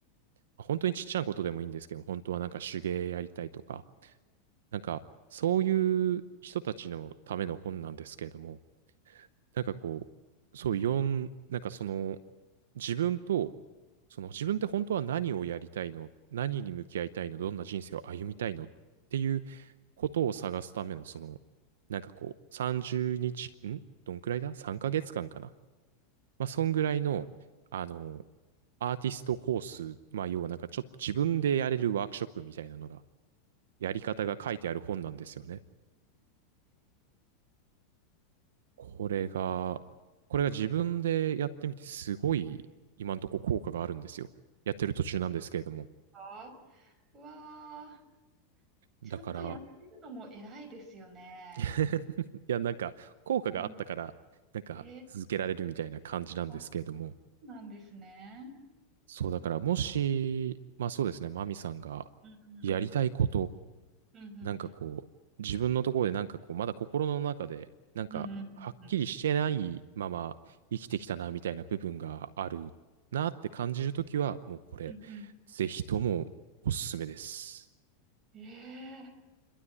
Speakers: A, on the right; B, on the right.
A: 本当にちっちゃなことでもいいんですけど、本当はなんか手芸やりたいとか、なんか、そういう人たちのための本なんですけれども、なんかこう、そう、読ん、なんかその、自分と、その自分って本当は何をやりたいの、何に向き合いたいの、どんな人生を歩みたいのっていうことを探すための、その、なんかこう、30日、んどんくらいだ ?3 ヶ月間かなまあ、そんぐらいの、あの、アーティストコース、まあ、要はなんかちょっと自分でやれるワークショップみたいなのが、やり方が書いてある本なんですよね。これが、これが自分でやってみてすごい今のところ効果があるんですよ。やってる途中なんですけれども。
B: かうわー、ちゃんとやってるのも偉いですよね。
A: だから、<laughs> いやなんか効果があったから、
B: うん。
A: なんか続けられるみたいな感じなんですけれども。
B: えー、あ、そうなんですね。
A: そうだからもし、
B: うわ、うん
A: まあそうですね、マミさんが
B: うんうん。
A: やりたいこと
B: うんうんうん。
A: なんかこう、自分のところでなんかこう、まだ心の中で、なんか、
B: うんうんうんうん。
A: はっきりしてないまま生きてきたな、みたいな部分があるなって感じるときは、もうこれ、
B: うんうん。
A: ぜひともおすすめです。
B: ええ